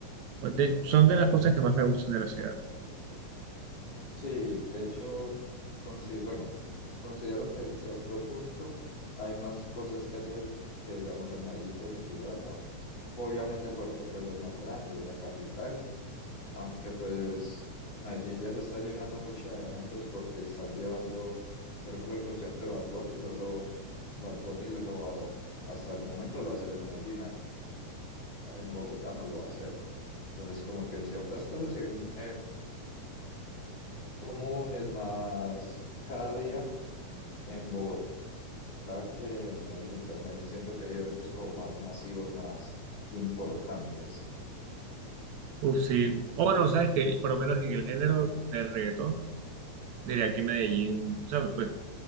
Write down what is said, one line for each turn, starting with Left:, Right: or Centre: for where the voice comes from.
Right: Pues de- son de las cosas que más me gustan de la ciudad.
Left: Sí, de hecho, consi- bueno, considero que en cierto punto hay más cosas que hacer que digamos en Medellín, que es mi ciudad, ¿no? Obviamente porque pues es más grande y la capital, aunque pues Medellín ya se está llenando mucho de eventos porque están llevando, por ejemplo, el concierto de Bad Bunny, solo Bad Bunny lo va- hasta el momento lo va a hacer en Medellín, acá en Bogotá no lo va a hacer. Entonces como que en ciertas cosas sí hay comunes, más cada día en Bogotá que en Medellín. Pues en Medellín siento que hay eventos como más masivos, más importantes.
Right: Uf, sí. O no, sabes que por lo menos en el género del reggaetón, diría que Medellín, o sea, pues